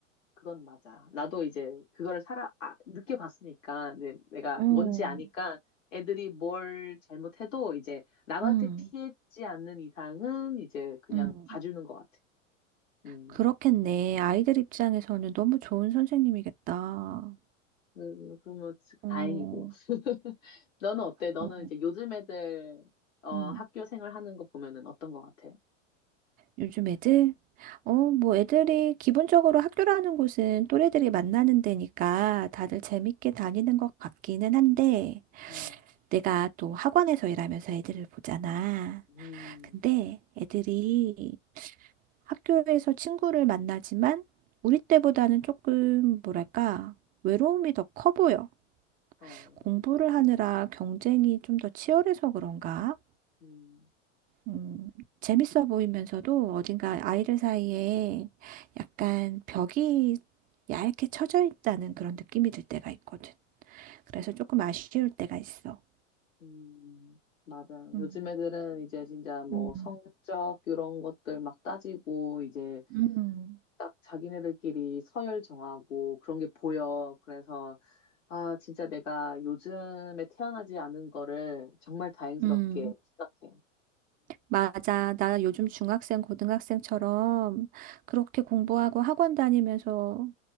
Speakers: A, on the left; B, on the right.
A: 그건 맞아. 나도 이제 그거를 살아, 아, 느껴봤으니까, 내, 내가
B: 어,
A: 뭔지 아니까 애들이 뭘 잘못해도 이제 남한테
B: 음,
A: 피해지 않는 이상은 이제 그냥
B: 음.
A: 봐주는 것 같아. 음.
B: 그렇겠네. 아이들 입장에서는 너무 좋은 선생님이겠다.
A: 음, 그러면
B: 어,
A: 다행이고. <laughs> 너는 어때? 너는
B: 어,
A: 이제 요즘 애들 어,
B: 음.
A: 학교 생활 하는 거 보면은 어떤 거 같아?
B: 요즘 애들? 어, 뭐 애들이 기본적으로 학교라는 곳은 또래들이 만나는 데니까 다들 재밌게 다니는 것 같기는 한데
A: 음,
B: 내가 또 학원에서 일하면서 애들을 보잖아.
A: 음,
B: 근데 애들이 학교에서 친구를 만나지만 우리 때보다는 조금 뭐랄까 외로움이 더 커 보여.
A: 어,
B: 공부를 하느라 경쟁이 좀 더 치열해서 그런가?
A: 음,
B: 음, 재밌어 보이면서도 어딘가 아이들 사이에 약간 벽이 얇게 쳐져 있다는 그런 느낌이 들 때가 있거든. 그래서 조금 아쉬울 때가 있어.
A: 음, 맞아.
B: 음,
A: 요즘 애들은 이제 진짜 뭐
B: 음,
A: 성적 이런 것들 막 따지고 이제
B: 음,
A: 딱 자기네들끼리 서열 정하고 그런 게 보여. 그래서 아, 진짜 내가 요즘에 태어나지 않은 거를 정말 다행스럽게
B: 음,
A: 생각해.
B: 맞아. 나 요즘 중학생, 고등학생처럼 그렇게 공부하고 학원 다니면서